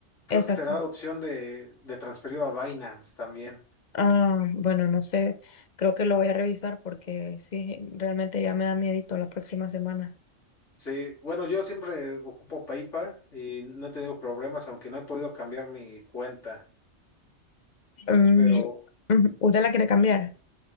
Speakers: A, on the left (about 85°); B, on the left (about 45°).
A: creo
B: Exacto.
A: que te da la opción de, de transferirlo a Binance también.
B: Ah, bueno, no sé, creo que lo voy a revisar porque sí, realmente ya me da miedito la próxima semana.
A: Sí, bueno, yo siempre ocupo PayPal y no he tenido problemas, aunque no he podido cambiar mi cuenta.
B: Mm,
A: Pero
B: ujú, ¿usted la quiere cambiar?